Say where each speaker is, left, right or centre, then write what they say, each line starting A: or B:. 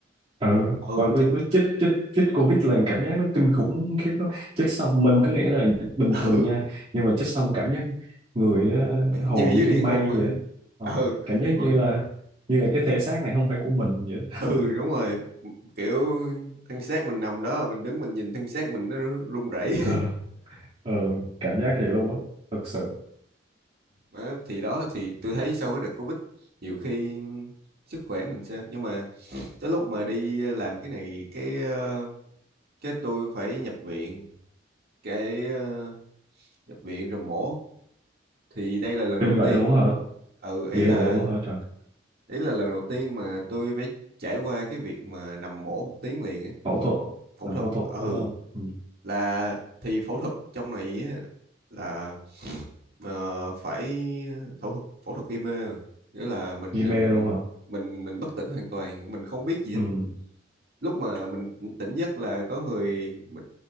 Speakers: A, on the right; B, on the right.
A: ừ
B: ừ
A: và
B: ông
A: với,
B: chích
A: với chích chích chích covid là cảm giác nó kinh khủng khiếp đó chích xong mình cứ nghĩ là bình
B: ừ
A: thường nha nhưng mà chích xong cảm giác người ờ,
B: phải như
A: hầu như
B: dưới
A: trên
B: địa
A: mây
B: ngục á.
A: vậy đó ờ,
B: ừ
A: cảm giác
B: ừ
A: như là như là cái thể xác này không phải của mình vậy đó
B: ừ,
A: <laughs>
B: đúng rồi kiểu thân xác mình nằm đó mình đứng mình nhìn thân xác mình nó run rẩy
A: ờ, ờ, cảm giác vậy luôn á thật sự
B: Đó, thì đó thì tôi thấy sau cái đợt Covid nhiều khi sức khỏe mình sẽ nhưng mà tới lúc mà đi ờ, làm cái này cái ờ, cái tôi phải nhập viện cái ờ, nhập viện rồi mổ thì đây là lần
A: kinh
B: đầu
A: vậy
B: tiên
A: luôn á hả
B: ừ ý
A: ghê
B: là
A: vậy luôn á hả trời
B: ý là lần đầu tiên mà tôi phải trải qua cái việc mà nằm mổ một tiếng liền á
A: phẫu thuật
B: phẫu
A: làm
B: thuật
A: phẫu thuật
B: ừ
A: đúng không ừ.
B: là thì phẫu thuật trong này á là ờ, phải phẫu thuật phẫu thuật gây mê nghĩa là mình
A: Di
B: ờ,
A: mê
B: mình
A: luôn hả
B: mình mình bất tỉnh hoàn toàn mình không biết gì hết
A: ừ.
B: lúc mà mình tỉnh giấc là có người mình,